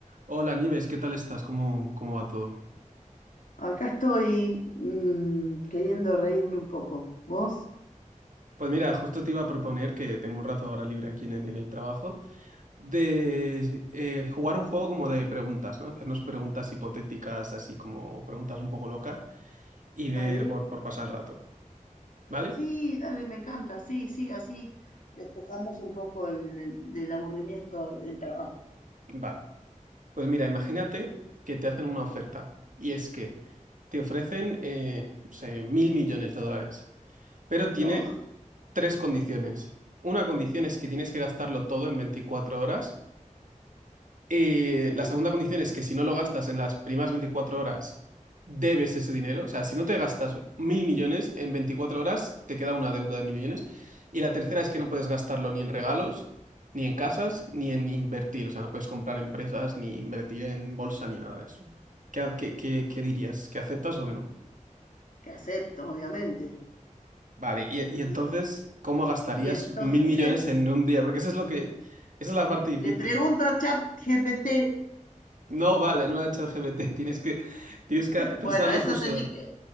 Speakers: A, on the right; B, on the left.
A: Hola Nieves, ¿qué tal estás? ¿Cómo, cómo va todo?
B: Acá estoy mm, queriendo reírme un poco. ¿Vos?
A: Pues mira, justo te iba a proponer que tengo un rato ahora libre aquí en, en el trabajo, de eh, jugar un juego como de preguntas, ¿no? Hacernos preguntas hipotéticas, así como preguntas un poco locas, y ver
B: Dale.
A: por, por pasar el rato, ¿vale?
B: Sí, dale, me encanta. Sí, sí, así despejamos un poco el, del aburrimiento del trabajo.
A: Va. Pues mira, imagínate que te hacen una oferta, y es que te ofrecen, eh, no sé, mil millones de dólares, pero tiene
B: No,
A: tres condiciones. Una condición
B: sí,
A: es que tienes que gastarlo todo en 24 horas. Eh, la
B: sí,
A: segunda condición es que si no lo gastas en las primeras 24 horas, debes ese dinero. O sea, si no te gastas mil millones en 24 horas, te queda una deuda de mil millones. Y la tercera es que no puedes gastarlo ni en regalos, ni en casas, ni en invertir. O sea, no puedes comprar empresas, ni invertir en bolsa, ni nada de eso. ¿Qué, ha- qué- qué- qué dirías? ¿Que aceptas o que no?
B: que acepto, obviamente.
A: Vale, y,
B: Y,
A: y entonces, ¿cómo gastarías
B: y entonces
A: mil millones en un día? Porque eso es lo que, esa es la parte
B: <laughs>
A: difícil.
B: le pregunto a ChatGPT.
A: No vale, no la ChatGPT, <laughs> tienes que, tienes que pensarlo
B: Bueno, eso
A: tú sola.
B: tenés que,